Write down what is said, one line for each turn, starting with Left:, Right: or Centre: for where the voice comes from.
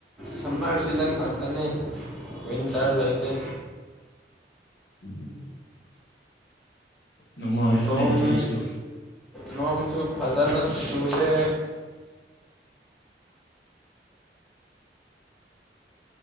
Centre: ꯁꯝꯃꯔ ꯁꯤꯖꯟ ꯈꯛꯇꯅꯤ ꯋꯤꯟꯇꯔ ꯂꯩꯇꯦ
Left: <inaudible> ꯅꯨꯡꯉꯥꯏꯔꯅꯦ
Centre: ꯅꯣꯡ
Left: ꯑꯗꯨꯁꯨ
Centre: ꯅꯣꯡꯣꯡꯁꯨ ꯐꯖꯜ ꯆꯗꯦ